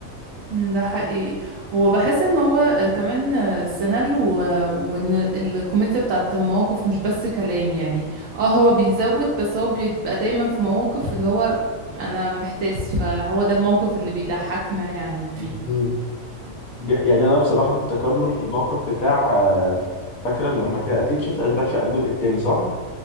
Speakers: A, on the right; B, on the left.
A: مم، ده حقيقي وبحس ان هو آه، كمان آه، السيناريو آه، وان الكوميديا بتاعت المواقف مش بس كلام يعني اه هو بيزود بس هو بيبقى دايما في مواقف اللي هو انا محتاس فهو ده الموقف اللي بيضحكنا يعني فيه
B: مم. بيح- يعني انا بصراحة افتكر له الموقف بتاع آه، فاكرة لما كان اكيد شفت اشغال شقة الجزء التاني صح؟